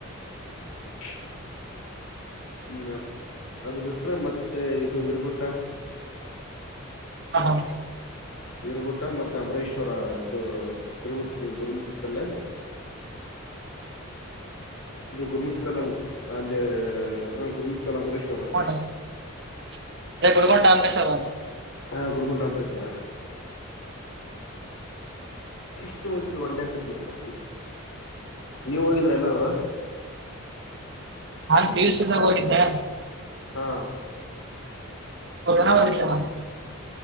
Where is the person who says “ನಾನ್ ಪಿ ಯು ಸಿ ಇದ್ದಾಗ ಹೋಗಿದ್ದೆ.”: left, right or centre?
Right